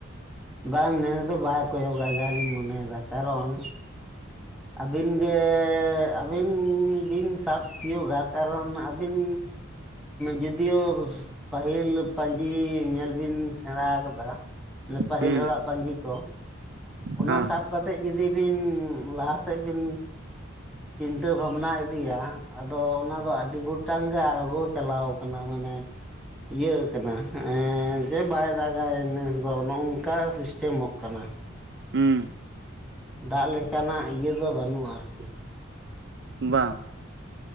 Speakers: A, in the centre; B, on the right.
A: ᱵᱟᱝ ᱱᱮᱥ ᱫᱚ ᱵᱟᱭ ᱠᱚᱭᱚᱜ ᱟᱡ ᱡᱟᱞᱤᱧ ᱢᱚᱱᱮᱭᱮᱫᱟ ᱠᱟᱨᱚᱱ ᱟᱹᱵᱤᱱ ᱜᱮ ᱟᱹᱵᱤᱱ ᱵᱤᱱ ᱥᱟᱵ ᱛᱤᱭᱳᱚᱜᱟ ᱠᱟᱨᱚᱱ ᱟᱹᱵᱤᱱ ᱡᱚᱫᱤᱭᱳ ᱯᱟᱹᱦᱤᱞ ᱯᱟᱹᱧᱡᱤ ᱧᱮᱞ ᱵᱤᱱ ᱥᱮᱬᱟ ᱠᱟᱫᱟ ᱯᱟᱹᱦᱤᱞ
B: ᱦᱩᱸ
A: ᱦᱚᱲᱟᱜ ᱯᱟᱸᱡᱤ ᱠᱚ ᱚᱱᱟ
B: ᱦᱮᱸ
A: ᱥᱟᱵ ᱠᱟᱛᱮᱫ ᱡᱩᱫᱤ ᱵᱤᱱ ᱞᱟᱦᱟ ᱥᱮᱫ ᱵᱤᱱ ᱪᱤᱱᱛᱟᱹ ᱵᱷᱟᱵᱽᱱᱟ ᱤᱫᱤᱭᱟ ᱟᱫᱚ ᱚᱱᱟ ᱫᱚ ᱟᱹᱰᱤ ᱜᱚᱴᱟᱝ ᱜᱮ ᱟᱬᱜᱚ ᱪᱟᱞᱟᱣ ᱠᱟᱱᱟ ᱢᱟᱱᱮ ᱤᱭᱟᱹ ᱠᱟᱱᱟ ᱡᱮ ᱵᱟᱭ ᱫᱟᱜᱟᱭ ᱱᱮᱥ ᱫᱚ ᱱᱚᱝᱠᱟ ᱥᱤᱥᱴᱮᱢᱚᱜ ᱠᱟᱱᱟ᱾
B: ᱦᱩᱸ
A: ᱫᱟᱜ ᱞᱮᱠᱟᱱᱟᱜ ᱤᱭᱟᱹ ᱫᱚ ᱵᱟᱹᱱᱩᱜ-ᱟ ᱟᱨᱠᱤ
B: ᱵᱟᱝ